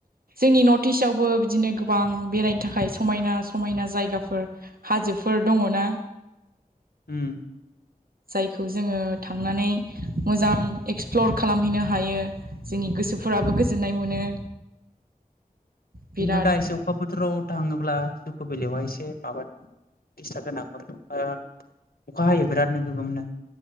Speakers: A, on the right (about 75°); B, on the left (about 80°).
A: जोंनि नर्थ इस्ट आवबो बिदिनो गोबां बेरायनो थाखाय समायना समायना जायगाफोर हाजोफोर दङो ना
B: हम
A: जायखौ जोङो थांनानै मोजां एक्सप्लर खालामहैनो हायो जोंनि गोसोफोराबो गोजोननाय मोनो बिराद
B: खिन्थु दा एसे अखा बोथोराव थाङो अब्ला जुख बेलायावहाय एसे माबा दिस्टार जानो हागौ <unintelligible> अखा हायो बिराद नो गोबांनो